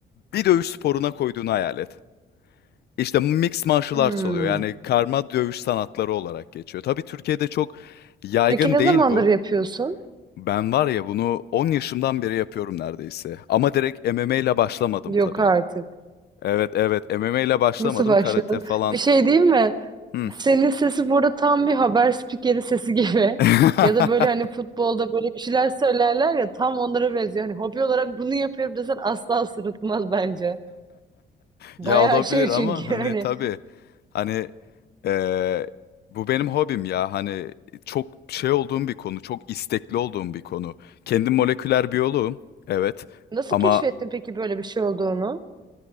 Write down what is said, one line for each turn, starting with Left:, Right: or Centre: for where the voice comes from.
Left: bir dövüş sporuna koyduğunu hayal et. İşte Mixed Martial
Right: Hmm.
Left: Arts oluyor yani karma dövüş sanatları olarak geçiyor. Tabii Türkiye'de çok yaygın
Right: Peki ne
Left: değil
Right: zamandır
Left: bu.
Right: yapıyorsun?
Left: Ben var ya bunu 10 yaşımdan beri yapıyorum neredeyse. Ama direkt MMA ile başlamadım
Right: Yok
Left: tabii.
Right: artık.
Left: Evet evet MMA ile başlamadım.
Right: Nasıl başladın?
Left: Karate falan.
Right: Bir şey diyeyim mi?
Left: Hmm.
Right: Senin sesi bu arada tam bir haber spikeri sesi gibi.
Left: <laughs>
Right: Ya da böyle hani futbolda böyle bir şeyler söylerler ya tam onlara benziyor. Hani hobi olarak bunu yapıyorum desen asla sırıtmaz bence. Bayağı
Left: Ya olabilir
Right: şey çünkü
Left: ama hani
Right: <laughs> hani.
Left: tabii hani eee, bu benim hobim ya hani çok şey olduğum bir konu çok istekli olduğum bir konu kendim moleküler biyoloğum evet
Right: Nasıl
Left: ama
Right: keşfettin peki böyle bir şey olduğunu?